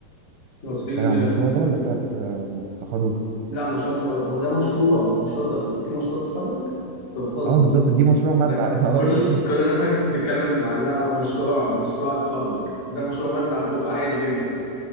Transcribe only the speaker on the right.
انت بتتكلم عن
المشروع ده ولا بتاعت آه، التخرج
اه بالظبط دي مشروع ماده
<laughs> اه
والله